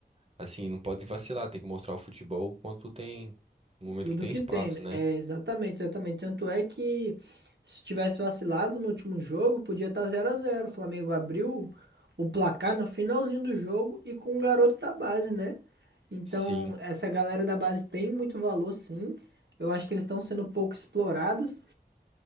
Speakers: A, on the right (about 35°); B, on the right (about 85°).
A: Assim, não pode vacilar, tem que mostrar o futebol quando tem, no momento
B: Tudo
A: que tem
B: que
A: espaço,
B: tem, né?
A: né?
B: é exatamente, exatamente. Tanto é que se tivesse vacilado no último jogo, podia estar zero a zero O Flamengo abriu o placar no finalzinho do jogo e com um garoto da base, né? Então,
A: Sim,
B: essa galera da base tem muito valor, sim. Eu acho que eles estão sendo pouco explorados.